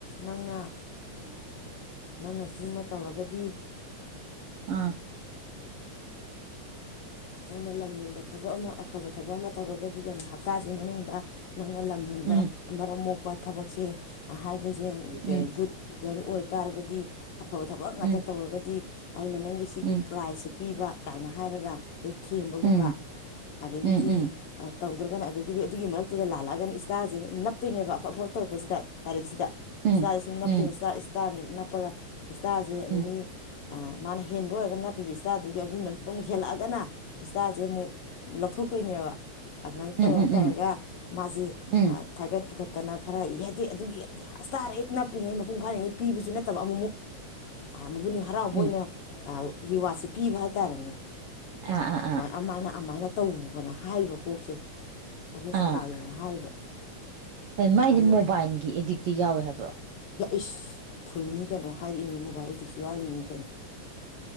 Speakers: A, on the left; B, on the right.
A: ꯅꯪꯅ
B: ꯎꯝ
A: ꯅꯪ ꯉ ꯁꯤꯃ ꯇꯧꯔꯒꯗꯤ
B: ꯑꯥ
A: ꯅꯪꯅ ꯂꯝ ꯌꯦꯦꯟꯕ ꯊꯕꯛ ꯑꯃ ꯑꯐꯕ ꯊꯕꯛ ꯑꯃ ꯇꯧꯔꯒꯗꯤ ꯍꯞꯇꯥꯁꯤ ꯃꯅꯨꯡꯗ ꯅꯪꯅ ꯂꯝ ꯍꯦꯟꯕ
B: ꯎꯝ
A: ꯑꯃꯝ ꯃꯣꯛꯄ ꯊꯕꯛꯁꯦ ꯍꯥꯏꯕꯁꯦ
B: ꯎꯝ
A: ꯒꯨꯗ ꯒꯔ ꯑꯣꯏ ꯇꯥꯔꯒꯗꯤ ꯑꯐꯕ ꯊꯕꯛ ꯉꯥꯛꯇ
B: ꯎꯝ
A: ꯇꯧꯔꯒꯗꯤ ꯑꯩꯅ ꯅꯪꯒꯤ ꯁꯤꯒꯤ
B: ꯎꯝ ꯎꯝ
A: ꯄ꯭ꯔꯥꯏꯖꯁꯦ ꯄꯤꯕ ꯀꯥꯏꯅ ꯍꯥꯏꯔꯒ ꯑꯗꯩ ꯊꯦꯝꯕꯒꯨꯝꯕ
B: ꯎꯝ
A: ꯑꯗꯒꯤꯗꯤ
B: ꯎꯝ
A: ꯇꯧꯗ꯭ꯔꯒꯅ ꯑꯗꯒꯤꯗꯤ ꯑꯗꯨꯒꯤ ꯃꯔꯛꯇꯨꯗ ꯂꯥꯂꯛꯑꯒꯅ ꯏꯁꯇꯥꯔꯁꯦ ꯅꯞꯇꯣꯏꯅꯦꯕ ꯑꯐ ꯑꯐꯞ ꯇꯧꯔꯛꯄꯁꯤꯗ ꯇꯥꯔꯤꯛꯁꯤꯗ
B: ꯎꯝ
A: ꯏꯁ ꯁꯨꯝ ꯅꯞꯇꯅꯤ
B: ꯎꯝ
A: ꯎꯄꯗ ꯏꯁꯇꯥꯁꯦ ꯑꯗꯒꯤꯗꯤ
B: ꯎꯝ ꯎꯝ
A: ꯃꯥꯅ ꯍꯦꯟꯕ ꯑꯣꯏꯔꯒ ꯅꯥꯄꯤꯕ ꯏꯁꯇꯥꯗꯨꯒꯤ ꯑꯗꯨꯒꯤ ꯃꯔꯛꯇꯣ ꯑꯃꯨꯛ ꯍꯦꯜꯂꯛꯑꯒꯅ ꯏꯁꯇꯥꯁꯦ ꯑꯃꯨꯛ ꯂꯧꯊꯣꯛꯇꯣꯏꯅꯦꯕ ꯑꯗꯨꯃꯥꯏꯅ ꯇꯧꯔ
B: ꯎꯝ ꯎꯝ
A: ꯇꯧꯔꯒ
B: ꯎꯝ
A: ꯃꯥꯁꯤꯦ
B: ꯎꯝ
A: ꯊꯥꯒꯠ ꯄꯨꯈꯠ ꯠꯇꯅ ꯈꯔ ꯏꯍꯗꯦ ꯑꯗꯨꯒꯤ ꯍꯁꯇꯥꯔ ꯍꯦꯛ ꯅꯥ ꯄꯤꯉꯩ ꯃꯄꯨꯡ ꯐꯥꯔꯤꯉꯩ ꯄꯤꯕꯁꯨ ꯅꯠꯇꯕ ꯑꯃꯨꯃꯨꯛ ꯃꯒꯨꯟ ꯍꯔꯥꯎꯕ
B: ꯎꯝ
A: ꯑꯣꯏꯅ ꯔꯤꯋꯥꯔꯠꯁꯦ ꯄꯤꯕ ꯍꯥꯏꯇꯥꯔꯦꯅꯦ
B: ꯑꯥ ꯑꯥ ꯑꯥ
A: ꯑꯃꯥꯏꯅꯥꯏꯅ ꯇꯧꯨꯕꯅ ꯍꯥꯏꯔꯤꯕ ꯀꯣꯛꯁꯦ ꯀꯣꯛꯁꯦ ꯆꯂꯥꯏꯌꯣꯅ
B: ꯑꯥ
A: ꯍꯥꯏꯔꯤꯕ
B: ꯃꯥꯏꯗꯤ
A: ꯑꯗꯨ
B: ꯃꯣꯕꯥꯏꯜꯒꯤ ꯑꯦꯗꯤꯛꯇꯤ ꯌꯥꯎꯋꯦ ꯍꯥꯏꯕ꯭ꯔꯣ
A: ꯏꯁ ꯐꯨꯜꯅꯤ ꯀꯩꯅꯣ ꯍꯥꯏꯔꯛꯏꯅꯤ ꯃꯣꯕꯥꯏꯜꯗꯤꯛꯁꯨ ꯌꯥꯔꯤꯃꯤꯅꯤ ꯀꯩꯅꯣ